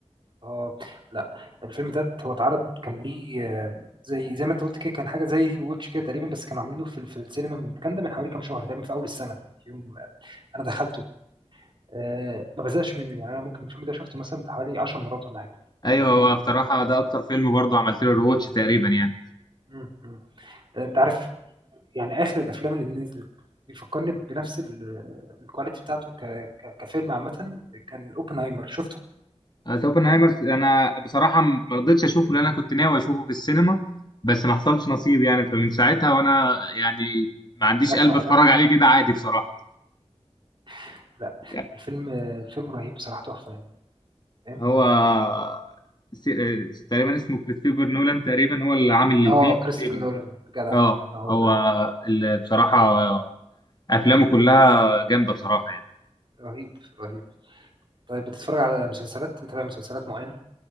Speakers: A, on the right; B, on the left.
A: اه لا الفيلم ده هو اتعرض كان ليه آه، زي زي ما انت قلت كده كان حاجه زي ري ووتش كده تقريبا بس كانوا عاملينه في في السينما من كان ده من حوالي كام شهر تقريبا في اول السنه يوم انا دخلته أه ما بزهقش منه يعني انا ممكن الفيلم ده شفته مثلا بتاع حوالي 10 مرات ولا حاجه
B: ايوه هو بصراحه ده اكتر فيلم برضه عملت له رواتش تقريبا يعني
A: مم، مم. آه، انت عارف يعني اخر الافلام اللي نزلت بيفكرني بنفس ال- الكواليتي بتاعته ك... ك... كفيلم عامه كان اوبنهايمر شفته
B: آه، اوبنهايمر انا بصراحه م- ما رضيتش اشوفه لان انا كنت ناوي اشوفه في السينما بس ما
A: مم.
B: حصلش نصيب يعني فمن ساعتها وانا يعني ما عنديش
A: ركنه
B: قلب
A: على
B: اتفرج
A: جنب
B: عليه كده عادي بصراحه
A: <laughs> لا
B: يعني
A: الفيلم آه، الفيلم رهيب بصراحه تحفه يعني فاهم
B: هو آه، س- آه، تقريبا اسمه كريستوفر نولان تقريبا هو اللي عامل الاثنين
A: اه
B: تقريبا
A: كريستوفر نولان جدع
B: اه
A: آه، هو
B: هو
A: ده
B: اللي بصراحة آه، أفلامه كلها جامدة بصراحة يعني
A: رهيب رهيب طيب بتتفرج على مسلسلات متابع مسلسلات معينة؟